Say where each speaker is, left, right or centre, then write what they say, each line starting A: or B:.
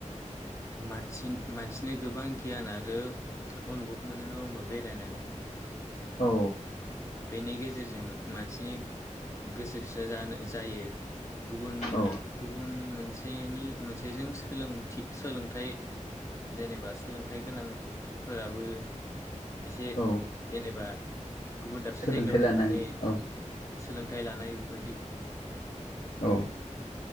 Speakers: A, on the left; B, on the left.
A: मानसि मानसिनो गोबां गियान आरो अनुभब मोनो नङा होमबा बेरायनानै।
B: औ
A: बेनि गेजेरजों मानसिनि गोसो फिसा जानो जायो गुबुन
B: औ
A: गुबुन मोनसेनि मोनसेजों सोलोंथि सोलोंथाइ जेनेबा सोलोंथाइ गोनांफोराबो एसे
B: औ
A: जेनेबा गुबुन दाबसे
B: सोलोंथाइ
A: जायगायाव
B: लानाय
A: थांनानै
B: औ
A: सोलोंथाइ लानाय बेफोरदि
B: औ